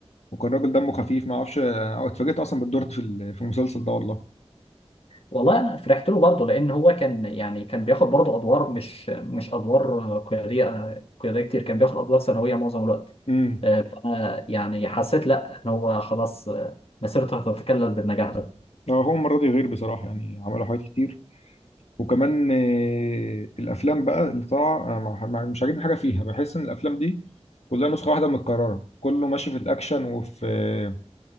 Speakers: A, on the left (about 75°); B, on the left (about 60°).
A: وكان راجل دمه خفيف ما اعرفش أنا اتفاجئت اصلا بالدور في ال... في المسلسل ده والله
B: والله أنا فرحت له برضه لأن هو كان يعني كان بياخد برضه أدوار مش مش أدوار آه، قيادية آه، قيادية كتير كان بياخد أدوار ثانوية معظم الوقت
A: امم
B: آه، فأنا يعني حسيت لا إن هو خلاص آه، مسيرته هتتكلل بالنجاح ده
A: اه هو المرة دي غير بصراحة يعني عملوا حاجات كتير وكمان آه، الافلام بقى اللي طالعة أنا ما- ما- مش عاجبني حاجة فيها بحس ان الافلام دي كلها نسخة واحدة متكررة كله ماشي في الاكشن وفي آه،